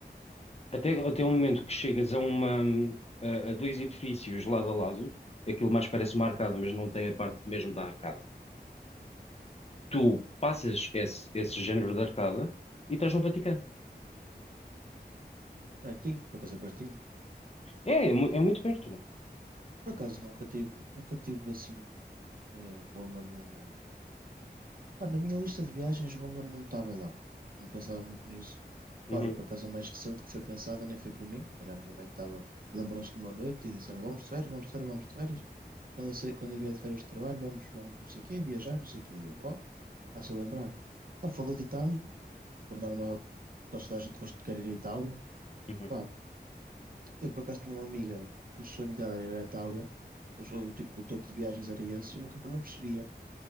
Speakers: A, on the left; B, on the right.
A: até, até o momento que chegas a uma, a, a dois edifícios lado a lado, aquilo mais parece uma arcada, mas não tem a parte mesmo da arcada. Tu passas esse, esse género de arcada e estás no Vaticano.
B: Pertinho, por acaso é pertinho.
A: É, é mu- é muito
B: Pá,
A: perto.
B: por acaso nunca tive, nunca tive assim, eh, Roma num. Pá, na minha lista de viagens, Roma não estava lá. Não pensava muito nisso.
A: Uhum,
B: Pá, olha, por acaso a mais recente que foi pensada nem foi por mim. Era a minha mãe que estava. Lembrou-se de uma noite e disse: Olha, vamos de férias, vamos de férias, vamos de férias. Quando eu, sei, quando eu vier de férias de trabalho, vamos, vamos não sei o quê, viajar, não sei o quê. E eu, oh, está-se a lembrar. Pá, falou de Itália. Por norma, quase toda a gente gosta de querer ir à Itália.
A: uhum,
B: Pá, Eu por acaso tinha uma amiga que o sonho dela era a Itália, o, o tipo, o topo de viagens era esse, eu nunca não percebia,